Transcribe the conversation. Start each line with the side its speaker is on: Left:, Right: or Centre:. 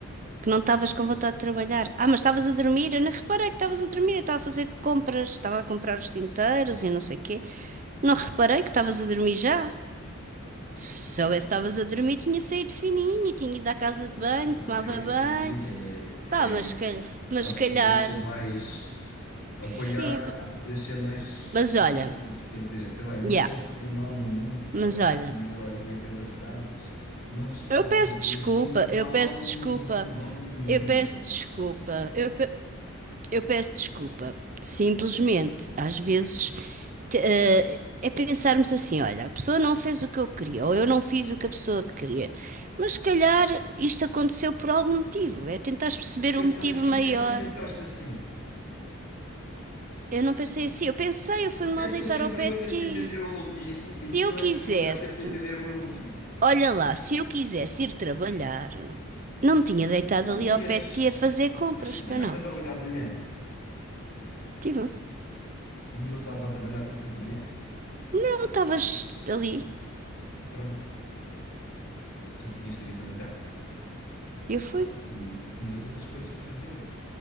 Right: que não estavas com vontade de trabalhar. Ah, mas estavas a dormir? Eu não reparei que estavas a dormir. Eu estava a fazer compras, estava a comprar os tinteiros e não sei o quê. Não reparei que estavas a dormir já. Se soubesse que estavas a dormir, tinha saído fininho, tinha ido à casa
Left: Mas,
Right: de banho,
Left: epá,
Right: tomava
Left: é isso
Right: banho.
Left: que eu te digo. É, é-
Right: Pá, mas se calhar, mas
Left: acho
Right: se calhar.
Left: que tu podias ser mais apoiar,
Right: Sim,
Left: epá, podias ser mais
Right: mas
Left: supportive,
Right: olha,
Left: quer dizer, sei lá, eu não
Right: yeah,
Left: te estou a fazer mal nenhum passar
Right: mas olha.
Left: aqui meia horinha pelas brasas, não te estou
Right: Eu
Left: a
Right: peço
Left: fazer
Right: desculpa,
Left: em
Right: eu
Left: mal
Right: peço
Left: nenhum,
Right: desculpa,
Left: mal nenhum,
Right: eu peço
Left: estás
Right: desculpa.
Left: a perceber?
Right: Eu, pe- Eu peço desculpa. Simplesmente, às vezes, te- eh, é pensarmos assim: olha, a pessoa não fez o que eu queria, ou eu não fiz o que a pessoa queria. Mas se calhar isto aconteceu por algum motivo. É tentar perceber
Left: É pensar
Right: o motivo
Left: assim,
Right: maior.
Left: porque é que não pensaste assim?
Right: Eu não pensei assim. Eu pensei, eu fui-me
Left: Porque
Right: lá
Left: é que
Right: deitar
Left: sou sempre
Right: ao pé
Left: eu a
Right: de
Left: ter que entender
Right: ti.
Left: um motivo
Right: Se
Left: e
Right: eu
Left: não
Right: quisesse,
Left: és tu nunca a ter que entender o meu motivo?
Right: olha lá, se eu quisesse ir trabalhar, não me tinha deitado
Left: Tu
Right: ali ao
Left: ias,
Right: pé de ti a fazer compras,
Left: mas tu
Right: para
Left: estiveste
Right: não.
Left: a trabalhar de manhã
Right: Tipo,
Left: e eu estava a trabalhar contigo de manhã.
Right: não, estavas ali.
Left: Pronto, tu podias ter ido trabalhar,
Right: e Eu fui.
Left: só que tu tinhas outras coisas para fazer,